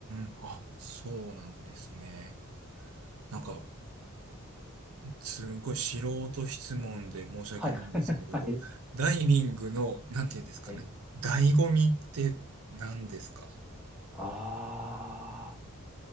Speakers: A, on the right; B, in the centre.
A: ん。あ、そうなんですね。なんか、すんごい素人質問で申し訳ないんですけれど、
B: はいはい。<laughs> はい。
A: ダイビングの、なんていうんですかね。
B: はい
A: 醍醐味って何ですか
B: あ